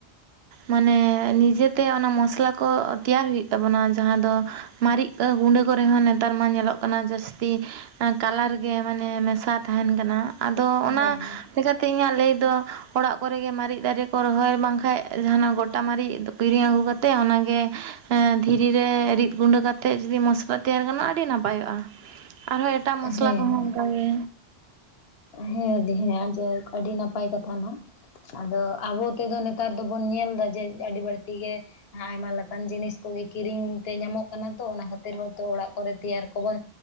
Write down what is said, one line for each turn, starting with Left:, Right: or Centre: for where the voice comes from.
Right: ᱢᱟᱱᱮ ᱱᱤᱡᱮᱛᱮ ᱚᱱᱟ ᱢᱚᱥᱞᱟ ᱠᱚ ᱛᱮᱭᱟᱨ ᱦᱩᱭᱩᱜ ᱛᱟᱵᱚᱱᱟ ᱡᱟᱦᱟᱸ ᱫᱚ ᱢᱟᱨᱤᱪ ᱜᱩᱰᱟᱹ ᱠᱚᱨᱮ ᱦᱚᱸ ᱱᱮᱛᱟᱨ ᱢᱟ ᱧᱮᱞᱚᱜ ᱠᱟᱱᱟ ᱡᱟᱹᱥᱛᱤ ᱠᱟᱞᱟᱨ ᱜᱮ ᱢᱟᱱᱮ ᱢᱮᱥᱟ ᱛᱟᱦᱮᱱ ᱠᱟᱱᱟ ᱟᱫᱚ ᱚᱱᱟ
Left: ᱦᱮᱸ
Right: ᱪᱤᱠᱟᱹᱛᱮ ᱤᱧᱟᱹᱜ ᱞᱟᱹᱭ ᱫᱚ ᱚᱲᱟᱜ ᱠᱚᱨᱮ ᱜᱮ ᱢᱟᱨᱤᱡ ᱫᱟᱨᱮ ᱠᱚ ᱨᱚᱦᱚᱭ ᱵᱟᱝᱠᱷᱟᱱ ᱡᱟᱦᱟᱸᱱᱟᱜ ᱜᱚᱴᱟ ᱢᱟᱨᱤᱡ ᱠᱤᱨᱤᱧ ᱟᱹᱜᱩ ᱠᱟᱛᱮᱜ ᱚᱱᱟᱜᱮ ᱫᱷᱤᱨᱤ ᱨᱮ ᱨᱤᱫ ᱜᱩᱸᱰᱟᱹ ᱠᱟᱛᱮ ᱡᱩᱫᱤ ᱢᱚᱥ ᱛᱮᱭᱟᱨ ᱜᱟᱱᱚᱜ-ᱟ ᱟᱹᱰᱤ ᱱᱟᱯᱟᱭᱚᱜ-ᱟ ᱟᱨᱦᱚᱸ ᱮᱴᱟᱜ ᱢᱚᱥᱞᱟ
Left: ᱦᱮᱸ
Right: ᱠᱚᱦᱚᱸ ᱚᱱᱠᱟᱜᱮ
Left: ᱦᱮᱸ ᱫᱤ ᱦᱮᱸ ᱡᱟᱭᱦᱳᱠ ᱟᱹᱰᱤ ᱱᱟᱯᱟᱭ ᱠᱟᱛᱷᱟ ᱦᱟᱸᱜ᱾ ᱟᱫᱚ ᱟᱵᱚ ᱛᱮᱫᱚ ᱱᱮᱛᱟᱨ ᱫᱚᱵᱚᱱ ᱧᱮᱞ ᱮᱫᱟ ᱡᱮ ᱟᱹᱰᱤ ᱵᱟᱹᱲᱛᱤ ᱜᱮ ᱟᱭᱢᱟ ᱞᱮᱠᱟᱱ ᱡᱤᱱᱤᱥ ᱠᱚᱜᱮ ᱠᱤᱨᱤᱧ ᱛᱮ ᱧᱟᱢᱚᱜ ᱠᱟᱱᱟ ᱛᱚ ᱚᱱᱟ ᱠᱷᱟᱹᱛᱤᱨ ᱦᱚᱭᱛᱚ ᱚᱲᱟᱜ ᱠᱚᱨᱮ ᱜᱮ ᱛᱮᱭᱟᱨ ᱠᱚᱵᱚᱱ